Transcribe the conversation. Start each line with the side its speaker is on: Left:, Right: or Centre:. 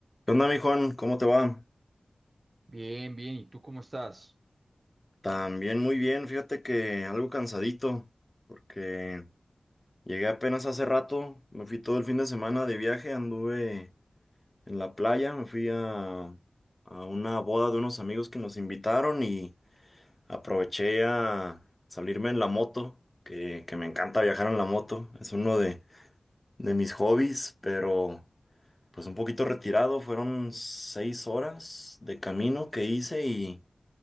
Left: ¿Qué onda, mi Juan? ¿Cómo te va?
Right: Bien, bien. ¿Y tú cómo estás?
Left: También muy bien, fíjate que algo cansadito, porque llegué apenas hace rato, me fui todo el fin de semana de viaje, anduve en la playa, me fui a, a una boda de unos amigos que nos invitaron y aproveché a salirme en la moto, que, que me encanta viajar en la moto, es uno de, de mis hobbies, pero pues un poquito retirado, fueron seis horas de camino que hice y...